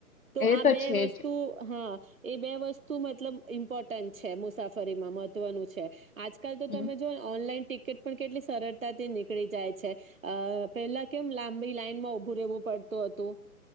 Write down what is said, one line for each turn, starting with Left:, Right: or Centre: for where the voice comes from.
Right: તો
Left: એ
Right: આ બે
Left: છે
Right: વસ્તુ
Left: જ
Right: હા એ બે વસ્તુ શું મતલબ ઈમ્પોર્ટન્ટ છે મુસાફરીમાં મહત્વનું છે આજ કલ તો
Left: હમ
Right: તમે જો ને ઓનલાઈન ટિકિટ પણ કેટલી સરળતાથી નીકળી જાય છે અ પેલા કેમ લાંબી લાઈનમાં ઉભું રહેવું પડતું હતું